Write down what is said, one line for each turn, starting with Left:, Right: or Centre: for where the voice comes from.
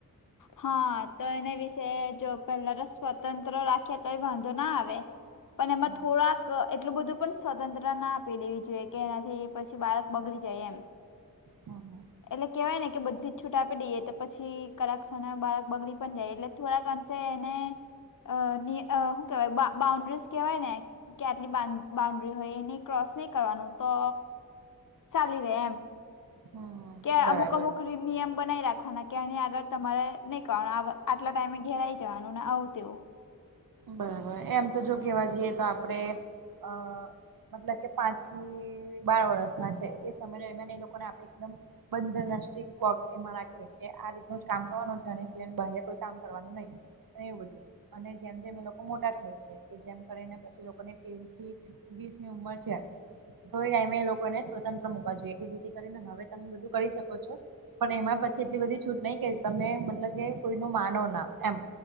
Left: હા તો એના વિશે જો પેલા તો સ્વતંત્ર રાખે તો એ વાંધો ના આવે પણ એમાં
Right: હમ
Left: થોડાક એટલું બધું પણ સ્વતંત્રતા ના આપી દેવી જોઈએ કે એનાથી પછી બાળક બગડી જાય એમ
Right: હહ
Left: એટલે કેહેવાય ને કે બધી જ છૂટ આપી દઈએ તો પછી કાક્ષના બાળક બગડી પણ જાય એટલે થોડાક અંશે એને અ શું કેવાય બાઉન્ડ્રીસ કેહેવાય ને કે આટલી બાઉન્ડ્રી હોય એને ક્રોસ નહી કરવાનું તો ચાલી રહેે એમ
Right: હમ
Left: કે્યા
Right: બરાબર
Left: અમુક અમુક નિયમ બનાઈ રાખવાના કે આગળ તમારે નહી કરવાનું આટલા ટાઈમે ઘેરાઈ જવાનું ને આવ તેવું
Right: બરાબર એમ તો જો કેવા જઈએ તો આપડે અ મતલબ કે પાંચ થી બાર વર્ષ ના છે એ સમયમિયાન એ લોકો ને આપણેે એકદમ બંદર ના સ્ટક વક એમાં રાખીએ કે આ રીતનું જ કામ કરવાનું છે સિયહ કોઈ કામ કરવાનું નહી એવું બધુ જેમ જેમ એ લોકો મોટા થાય છે જેમ કરીને પછી લોકોની તીન થી વીસ ની ઉંમર છે. થોડી ટાઈમે એ લોકોને સ્વતંત્ર મુૂકવા જોઈએ કે જેથી કરીને હવે તમે બધું કરી શકો છો પણ એમાં પછી એટલી બધી છૂટ નહી કે તમે મતલબ કે કોઈ ન માનો ના એમ